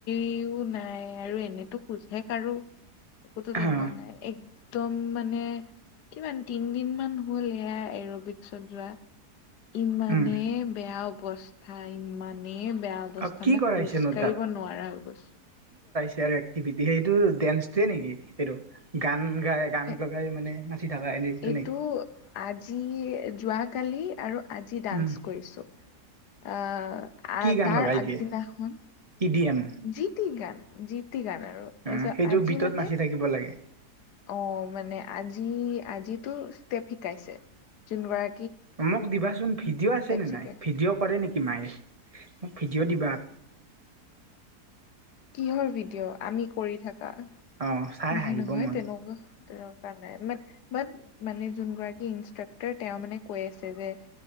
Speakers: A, on the left (about 80°); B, on the right (about 25°).
A: সিও নাই আৰু এনেতো খোজে কাঢ়ো। একোতো তেনেকুৱা
B: হা
A: নাই একদম মানে মানে কিমান তিন দিন মান হ'ল সেয়া এৰবিক্সত যোৱা। ইমানে
B: উম
A: বেয়া অৱস্থা ইমানে বেয়া অৱস্থা।
B: অ কি
A: মই
B: কৰাইছেনো
A: খোজ কাঢ়িব নোৱাৰা হৈ গৈছো।
B: ইয়াৰ এক্টিভিটি সেইটো ডেসট্ৰি নেকি সেইটো গান। গাই গান
A: এ
B: লগাই মানে নাচি থকা এনেটো
A: এইটো
B: নেকি?
A: আজি যোৱাকালি। আৰু আজি ডান্স
B: উম
A: কৰিছো আ। আ
B: কি গান
A: তাৰ
B: লগাই
A: আগদিনা
B: দিয়ে
A: খন।
B: E D M?
A: জি তি গান জি। জি তি গান আৰু তাপিছত
B: অ সেইটো
A: আজি
B: বিটত
A: মানে
B: নাচি থাকিব লাগে
A: অ মানে আজি। জি আজিটো ষ্টেপ শিকাইছে যোন বাৰ।
B: মোক দিবাচোন ভিডিঅ' আছে নে
A: শিকাই
B: নাই ভিডিঅ' কৰে নেকি। কি মাই মোক ভিডিঅ' দিবা আ।
A: কিহৰ ভিডিঅ' আমি কৰি থাকা
B: অ চাই
A: নাই
B: হাঁহিব
A: নহয়
B: মন
A: তেনেকুৱা। তে নাই মান বাট মানে যোন গৰাকী ইনষ্ট্ৰাক্টৰ তেওঁ মানে কৈ আছে যে।